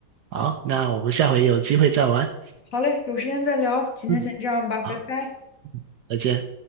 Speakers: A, on the right; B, on the left.
A: 好，那我们下回有机会再玩。
B: 好嘞，有时间再聊，今天先这样吧，
A: 嗯，好，
B: 拜拜。
A: 再见。